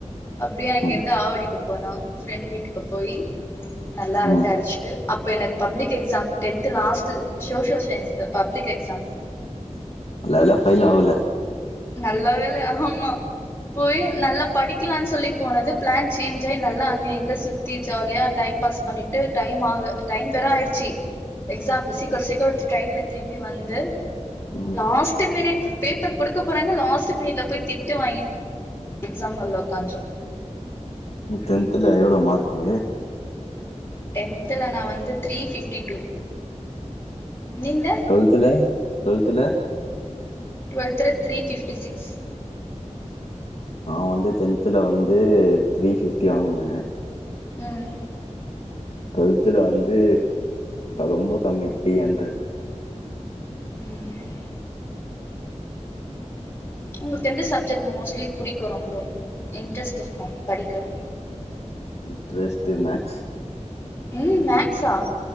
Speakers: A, on the left; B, on the left.
A: அப்டியே அங்கேருந்து
B: ம்
A: ஆவடிக்கு போனோ ஃப்ரெண்ட் வீட்டுக்கு போய் நல்லா அரட்ட
B: ம்
A: அடுச்சுட்டு அப்ப எனக்கு public exam tenth last social science public exam
B: நல்ல வேல பெயில் ஆவுல
A: நல்ல வேல ஆமா போயி நல்லா படிக்கலான் சொல்லி போனது பிளேன் சேஞ் ஆயி நல்லா அங்க எங்க சுத்தி ஜாலியா டைம் பாஸ் பண்ணிட்டு டைம் ஆகு டைம் வேற ஆயிடுச்சு எக்ஸாம்கு சீக்கரோ சீக்கரோ டிரெயின்ல திரும்பி வந்து
B: ம்
A: லாஸ்டு மினிட் பேப்பர் குடு குடுக்க போறாங்க லாஸ்ட்டு மினிட்ல போய் திட்டுவாங்கி எக்ஸாம் ஹால்ல உக்கான்று
B: நீ டென்த்ல எவ்வளோ மார்க்கு
A: டென்துல நா வந்து த்ரீ ஃபிப்டி டூ நீங்க
B: டுவெல்துல டுவெல்துல
A: டுவல்த்துல த்ரீ பிஃப்டி சிக்ஸ்
B: நா வந்து டென்த்துல வந்து த்ரீ பிஃப்டி வாங்குனே
A: ம்
B: டுவெல்த்துல வந்து ரொம்ப கம்மி த்ரீ அண்ரட்
A: ம் உங்களுக்கு எந்த சப்ஜெட் மோஸ்ட்லி புடிக்கும் ரொம்ப இன்ட்ரெஸ்ட் இருக்கு படிக்க
B: இன்ட்ரெஸ்டிவ் மேக்ஸ்
A: ம் மேக்ஸா